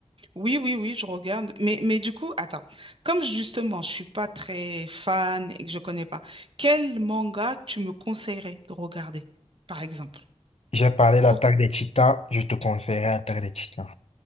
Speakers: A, on the right; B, on the left.
A: Oui, oui, oui, je regarde. Mais, mais du coup, attends, comme justement, je suis pas très fan et que je connais pas, quel manga tu me conseillerais de regarder, par exemple?
B: J'ai parlé de l'Attaque
A: Pour-
B: des Titans, je te conseillerais l'Attaque des Titans.